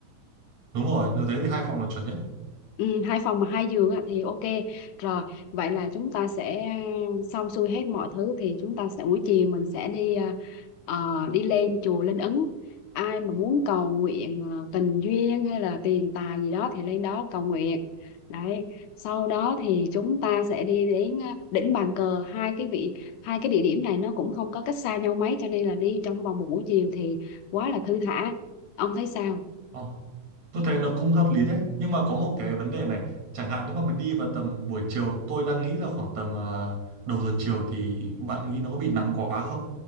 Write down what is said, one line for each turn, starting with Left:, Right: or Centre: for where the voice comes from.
Right: đúng rồi nếu thế thì hai phòng là chuẩn nhất
Left: Ừ, hai phòng mà hai giường á, thì ok rồi vậy là chúng ta sẽ ờ, xong xuôi hết mọi thứ thì chúng ta sẽ buổi chiều mình sẽ đi à, ờ, đi lên chùa Linh Ứng ai mà muốn cầu nguyện ờ, tình duyên hay là tiền tài gì đó thì lên đó cầu nguyện đấy sau đó thì chúng ta sẽ đi đến à, đỉnh bàn cờ hai cái vị hai cái địa điểm này nó cũng không có cách xa nhau mấy cho nên là đi trong vòng một buổi chiều thì quá là thư thả ông thấy sao
Right: Ồ, tôi thấy nó cũng hợp lý đấy nhưng mà có một cái vấn đề này chẳng hạn nếu mà mình đi vào tầm buổi chiều tôi đang nghĩ là khoảng tầm ờ, đầu giờ chiều thì bạn nghĩ nó có bị nắng quá không